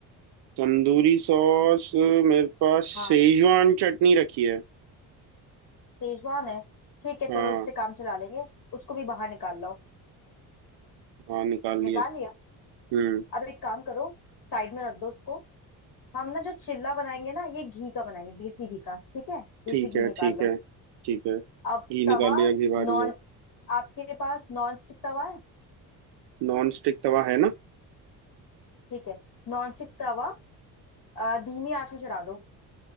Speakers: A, on the right; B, on the left.
A: तंदूरी सॉस मेरे पास
B: हाँ
A: सेजवान चटनी रखी है
B: सेजवान है ठीक है
A: हाँ
B: चलो इससे काम चला लेंगे उसको भी बाहर निकाल लो
A: हाँ निकाल
B: निकाल
A: लिया
B: लिया
A: हम्म
B: अब एक काम करो साइड में रख दो उसको हम ना जो चिल्ला बनाएंगे ना ये घी का बनाएंगे देसी घी का ठीक है देसी
A: ठीक
B: घी
A: है
B: निकाल
A: ठीक
B: लो
A: है ठीक है घी
B: अब तवा
A: निकाल लिया घी बारी
B: नॉन
A: है
B: आपके पास नॉन स्टिक तवा है
A: नॉन स्टिक तवा है ना
B: ठीक है नॉन स्टिक तवा अ, धीमी आंच में चढ़ा दो